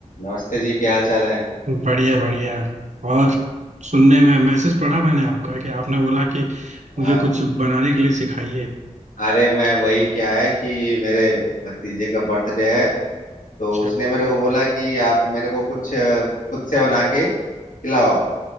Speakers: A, on the left; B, on the right.
A: नमस्ते जी क्या हाल चाल है
B: बढ़िया बढ़िया और सुनने में मैसेज पढ़ा मैंने आपका कि आपने बोला कि मुझे
A: आ,
B: कुछ बनाने के लिए सिखाइए
A: अरे मैं वही क्या है कि मेरे भतीजे का बर्थडे है तो
B: अच्छा
A: उसने मेरे को बोला कि आप मेरे को कुछ अ, खुद से बना के खिलाओ